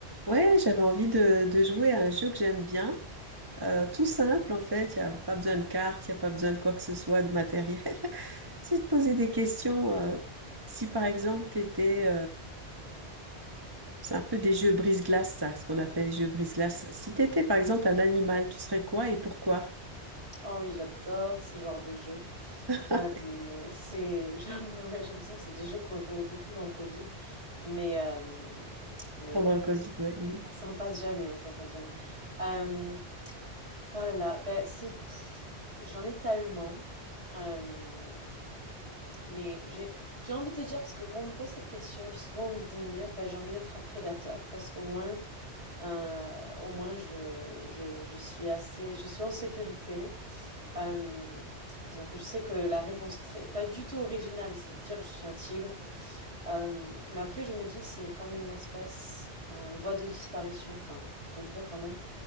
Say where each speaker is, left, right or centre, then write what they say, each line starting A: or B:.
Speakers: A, on the right; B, on the right.
A: Ouais, j'avais envie de, de jouer à un jeu que j'aime bien. Euh, tout simple, en fait. Il n'y a pas besoin de cartes, il n'y a pas besoin de quoi que ce soit, de matériel. <laughs> C'est de poser des questions. euh, si, par exemple, tu étais... c'est un peu des jeux brise-glace, ça, ce qu'on appelle les jeux brise-glace. Si tu étais, par exemple, un animal, tu serais quoi et pourquoi?
B: Oh oui, j'adore ce genre de jeu.
A: <laughs>
B: Euh, c'est, <laughs> je- ouais, j'ai l'impression que c'est des jeux qu'on jouait beaucoup dans le Covid, mais, euh, mais
A: Pendant
B: ouais,
A: le Covid, ouais. Mm.
B: on s'en passe jamais, on s'en passe jamais. Euh, oh là là, ben c'est, pff, j'en ai tellement, euh, mais j'ai, j'ai envie de te dire, parce que quand on me pose cette question, j'ai souvent envie de me dire, ben j'ai envie d'être un prédateur, parce qu'au moins, euh, au moins je, je, je suis assez, je suis en sécurité. Euh, donc je sais que la réponse très, pas du tout originale, c'est de dire que je suis un tigre. Euh, mais après je me dis c'est comme une espèce en voie de disparition, enfin un peu quand même.